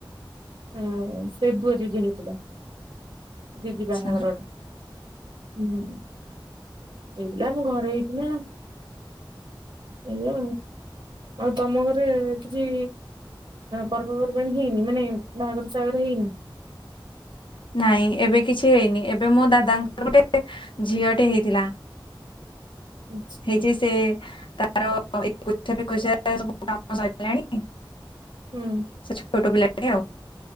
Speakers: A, on the right; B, on the left.
A: ହଁ ସେ ଫେବୁଆରୀରେ ହେଇଥିଲା ଦିଦି
B: ଆଚ୍ଛା
A: ବାହାଘର ଟା। ହୁଁ ହେଇଥିଲା ଆମ ଘରେ ହେଇଥିଲା। ହେଲୋ। ଆଉ ତମ ଘରେ କିଛି ପର୍ବପର୍ବାଣୀ ହେଇନି? ମାନେ ବାହାଘର ସାଘର ହେଇନି?
B: ନାଇଁ ଏବେ କିଛି ହେଇନି, ଏବେ ମୋ ଦାଦାଙ୍କର ଗୋଟେ ଝିଅଟେ ହେଇଥିଲା।
A: ଆଚ୍ଛା
B: ହେଇଛି ସେ ତା ତାର ଏକୋଇଶିଆ ଫେକୋସିଆ ସବୁ କାମ ସରିଲାଣି?
A: ହୁଁ।
B: ସେ ଛୋଟ ପିଲା ଆଉ